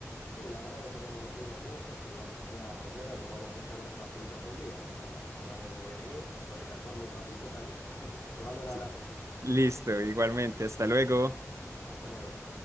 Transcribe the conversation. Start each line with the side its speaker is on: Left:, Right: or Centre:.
Left: Sí, la verdad que tenemos los mismos gustos y bueno, sería bueno que podamos echar unas partiditas un día, así que bueno, yo también me voy a ir, voy a ir a jugarme un ratito también. <laughs> Te mando un
Right: Sí,
Left: abrazo, che.
Right: Listo, igualmente. Hasta luego.
Left: Hasta luego.